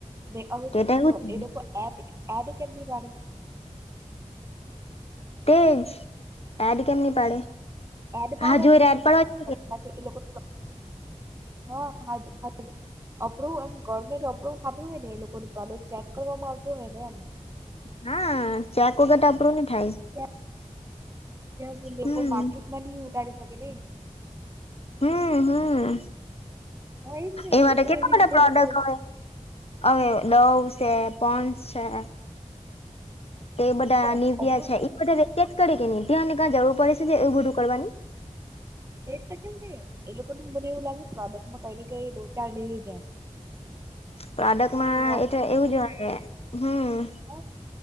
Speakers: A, on the right; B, on the left.
A: ને હવે
B: તે
A: ત
B: તો એવું જ
A: એ લોકોડ એડ કે એડ કેમની વાડે.
B: તેજ એડ કેમ ની પાડે
A: એડ પાડવા
B: હા જોઈ
A: જોઈએ
B: એડ
A: કે નહી
B: પાડવા જોઈએ
A: પાછો એ લોકો
B: <unintelligible>
A: હા હાજ હાજ. અપ્રુવ એમ ગવર્મેન્ટ અપ્રુવ થાતું હોય ને એ લોકો પ્રોડક્ટ ચેક કરવામાં આવતો હોય ને એમ.
B: હા ચેક વગર ત આપરું ની થાય.
A: ત્યાં સુધી લોકો
B: હમ
A: માર્કેટમાં નિ ઉટારી શકે ને.
B: હમ હમ
A: હા એજ ને
B: એ માટે
A: એટલે
B: કેટલા
A: એવી
B: બધા
A: રીતે
B: પ્રોડક્ટ
A: એ લોકો
B: હોય. હવે ડવ છે, પોન્સ છે. તે એ બધા
A: લોકો અપ-
B: નેવ્યા
A: અપરોચ
B: છે એ બધા ક્યા જ કરે કે ને તેઓને ક્યા જરૂર પડે છે એવું બધું કરવાની.
A: તેજ તો કેમ એ લોકોનુ મને એવું લાગે પ્રોડક્ટમાં કઈ ને કઈ લોચા લેય જાય.
B: પ્રોડક્ટમાં
A: કે
B: એ તો એવું જ હોયે. હમઅઅઅ.
A: હ